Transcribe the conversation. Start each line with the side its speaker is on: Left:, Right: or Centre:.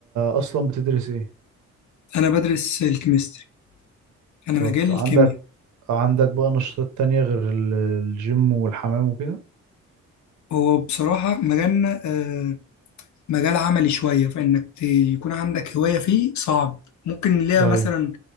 Right: اصلا بتدرس ايه
Left: انا بدرس الكيمستري انا
Right: طب
Left: مجال
Right: عندك
Left: الكيمياء
Right: عندك بقى نشاطات تانية غير ال- الجيم والحمام وكده
Left: هو بصراحه مجالنا آه مجال عملي شويه فانك ت- يكون عندك هوايه فيه صعب ممكن ليها
Right: ايوه
Left: مثلا